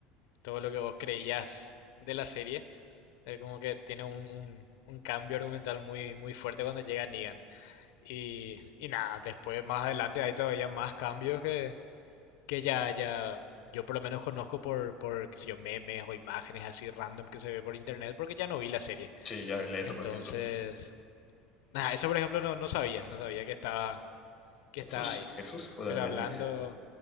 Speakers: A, on the left; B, on the left.
A: todo lo que vos creías de la serie. Eh, como que tiene un, un- un cambio argumental muy, muy fuerte cuando llega Negan. Y, y nada, después más adelante hay todavía más cambios que, que ya, ya yo por lo menos conozco por, por, qué sé yo, memes o imágenes así random que se ve por internet porque ya no vi la serie.
B: Sí, ya Leto,
A: Entonces,
B: por ejemplo.
A: nada, eso por ejemplo no, no sabía, no sabía que estaba, que
B: Jesús,
A: estaba ahí.
B: Jesús, justamente.
A: Pero hablando,